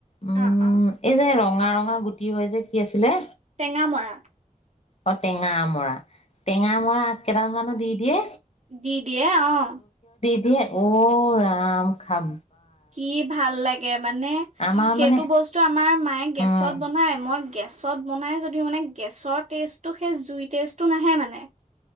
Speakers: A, on the left; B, on the right.
A: উম
B: অ অ
A: এই যে ৰং। ৰঙা ৰঙা গুটি হয় যে কি আছিলে।
B: টেঙামৰা।
A: অ টেঙামৰা। টেঙামৰা আগ কেইডাল মানো। দি দিয়ে।
B: দি দিয়ে অ ৷
A: দে ঔ ৰাম খাব
B: কি ভাল লাগে মানে
A: আমাৰ
B: সেইটো
A: মানে
B: বস্তু আমাৰ মায়ে গেছত
A: উম
B: বনাই মই গেছত বনাই যদিও মানে গেছৰ টেষ্টটো সেই জুই টেষ্টটো নাহে মানে৷